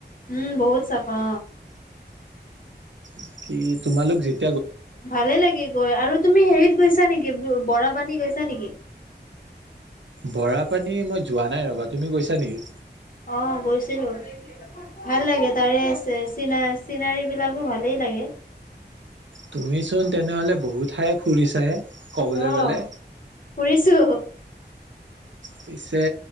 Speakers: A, on the left (about 50°); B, on the right (about 85°).
A: উম বহুত চাফা।
B: বাকি তোমালোক যেত
A: ভালে লাগে গৈ আৰু তুমি হেৰিত গৈছা নেকি বৰাপানী গৈছা ছা নেকি?
B: বৰা পানী মই যোৱা নাই ৰবা তুমি গৈছা নেকি?
A: অ গৈছিলো। ভাল লাগে তাৰে এছেচ। চিনা চিনাৰীবিলাকো ভালেই লাগে
B: তুমি চোন তেনেহলে বহুত ঠায়ে ফুৰিছাহে ক'বলৈ
A: আহ
B: গ'লে
A: ফুৰিছো
B: পিছে